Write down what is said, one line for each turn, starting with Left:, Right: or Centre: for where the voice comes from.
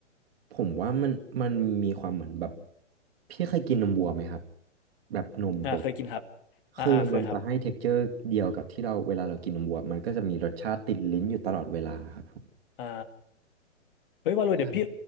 Right: ผมว่ามันมันมีความเหมือนแบบพี่เคยกินนมวัวไหมครับแบบนมปก
Left: อ่าเคยกินครับอ่าอ่าเคยครับ
Right: คือมันจะให้ texture เจอร์เดียวกับที่เราเวลาเรากินนมวัวมันก็จะมีรสชาติติดลิ้นอยู่ตลอดเวลาครับผม
Left: อ่า เฮ้ยว่าเลยเดี๋ยวพี่
Right: ค